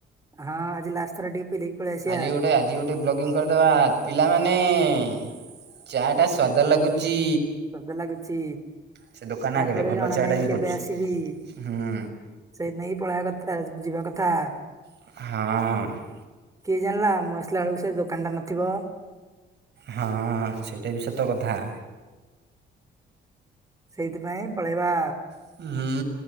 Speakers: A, on the right (about 15°); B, on the right (about 60°).
A: ହଁ ଆଜି ଲାଟେ ଥରେ ଟିକେ ପିଇ ଦେଇକି? ପଳେଇ ଆସିବା
B: ଆଜି ଗୋଟେ ଆଜ ଇଏ ଗୋଟେ ବ୍ଲଗିଙ୍ଗି କରିଦେବା ପିଲାମାନେ ଚା ଟା ସ୍ୱାଦ ଲାଗୁଚି?
A: ସ୍ଵାଦ ଲାଗୁଚି
B: ସେ ଦୋକାନ
A: ତାପରେ
B: ଆଗରେ ଭଲ
A: ଜଣା
B: ଚା
A: ନାହିଁ
B: ଟା ବି
A: କେବେ
B: କରୁଛି।
A: ଆସିବି।
B: ହୁଁ
A: ସେଇଥି ନାଗି ପଳେଇବା କଥା ଯିବା କଥା।
B: ହଁ।
A: କିଏ ଜାଣିଲା ମୁଁ ଆସିଲା ବେଳକୁ ସେ ଦୋକାନଟା ନଥିବ।
B: ହଁ ହଁ ସେଇଟା ବି ସତ କଥା।
A: ସେଇଥିପାଇଁ ପଳେଇବା।
B: <unintelligible>